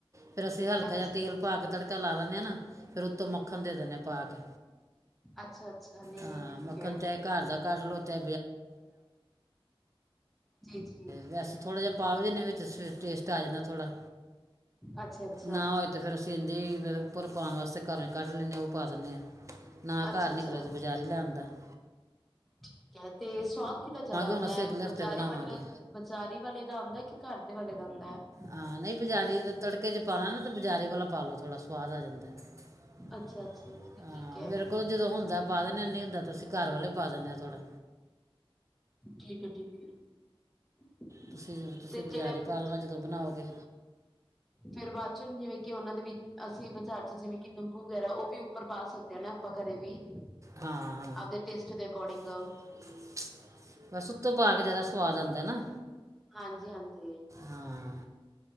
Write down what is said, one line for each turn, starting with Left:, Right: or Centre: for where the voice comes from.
Right: ਫੇਰ ਅਸੀਂ
Centre: ਅੱਛਾ
Right: <unintelligible> ਤੇਲ ਪਾ ਕੇ ਤੜਕਾ ਲਾ ਲੈਂਣੇ ਆ ਨਾ ਫੇਰ ਉੱਤੋਂ ਮੱਖਣ ਦੇ ਦੀਣੇ ਆ ਪਾ ਕੇ
Centre: ਅੱਛਾ-ਅੱਛਾ, ਨਹੀ-ਨਹੀ
Right: ਹਾਂ
Centre: ਠੀਕ
Right: ਮੱਖਣ
Centre: ਏ
Right: ਚਾਹੇ ਘਰ ਦਾ ਕੱਢ ਲਉ <unintelligible> ਤੇ
Centre: ਜੀ ਜੀ
Right: ਵੈਸੇ ਥੋੜ੍ਹਾ ਜਿਹਾ ਪਾ ਵੀ ਦੀਨੇ ਵਿੱਚ ਸ-ਟੇਸਟ ਆ ਜਾਂਦਾ ਥੋੜ੍ਹਾ
Centre: ਅੱਛਾ। ਅੱਛਾ
Right: ਨਾ ਹੋਏ ਤਾਂ ਫਿਰ ਅਸੀਂ ਇੰਝ ਹੀ ਫਿਰ ਉੱਪਰ ਪਾਉਣ ਵਾਸਤੇ ਘਰੋਂ ਕੱਢ ਲੈਂਣੇ ਆ ਉਹ ਪਾ ਦੀਣੇ ਆਂ। ਨਾ
Centre: ਅੱਛਾ
Right: ਘਰ
Centre: ਅੱਛਾ
Right: ਨਿਕਲ ਤੇ ਬਜ਼ਾਰੀ ਲੈ ਆਦਾ <inaudible>
Centre: ਠੀਕ ਐ, ਤੇ ਸਵਾਦ ਕਿਦਾ ਜਿਆਦਾ
Right: ਹੁਣ ਅਸੀਂ ਅਗਲੇ
Centre: ਆਉਂਦਾ
Right: ਹਫਤੇ
Centre: ਬਜਾਰੀ
Right: ਬਣਾਵਾਂਗੇ
Centre: ਬਟਰ ਬਜ਼ਾਰੀ ਵਾਲੇ ਦਾ ਆਉਂਦਾ ਕਿ ਘਰ ਦੇ ਵਾਲੇ ਦਾ ਆਉਂਦਾ ਐ।
Right: ਹਾਂ ਨਹੀਂ ਬਜ਼ਾਰੀ ਤੜਕੇ 'ਚ' ਪਾਣਾ ਨਾ ਤੇ ਬਾਜ਼ਾਰੀ ਵਾਲਾ ਪਾਲੋ ਥੋੜ੍ਹਾ ਸਵਾਦ ਆ ਜਾਂਦਾ।
Centre: ਅੱਛਾ
Right: <inaudible>
Centre: ਅੱਛਾ ਨਹੀਂ ਨਹੀਂ
Right: ਹਾਂ
Centre: ਠੀਕ ਹੈ
Right: ਮੇਰੇ ਕੋਲ ਜਦੋਂ ਹੁੰਦਾ ਪਾ ਦੀਣੇ ਨਹੀਂ ਹੁੰਦਾ ਅਸੀਂ ਘਰ ਵਾਲੇ ਪਾ ਦੀਣੇ ਆ ਥੋੜਾ
Centre: ਠੀਕ <unintelligible> <inaudible>
Right: ਤੁਸੀਂ-ਤੁਸੀਂ
Centre: ਤੇ
Right: ਬਜ਼ਾਰੀ
Centre: ਜਿਹੜੇ
Right: ਪਾ ਲੈਣਾ ਜਦੋਂ ਬਣਾਉਗੇ।
Centre: ਫੇਰ ਬਾਅਦ ਚੋਂ ਜਿਵੇਂ ਕਿ ਉਹਨਾਂ ਦੇ ਵਿੱਚ ਅਸੀਂ ਬਾਜ਼ਾਰ 'ਚ' ਜਿਵੇਂ ਕਿ ਨਿੰਬੂ ਵਗੈਰਾ ਉਹ ਵੀ ਉੱਪਰ ਪਾ ਸਕਦੇ ਹਨਾ ਆਪਾਂ ਘਰੇ ਵੀ
Right: ਹਾਂ-ਹਾਂ
Centre: ਆਪਦੇ ਟੇਸਟ ਦੇ ਅਕੋਰਡਿੰਗ
Right: <inaudible> ਬੱਸ ਉੱਤੋਂ ਪਾ ਕੇ ਜਿਆਦਾ ਸਵਾਦ ਆਂਦਾ ਨਾ।
Centre: ਹਾਂਜੀ-ਹਾਂਜੀ।
Right: ਹਾਂ।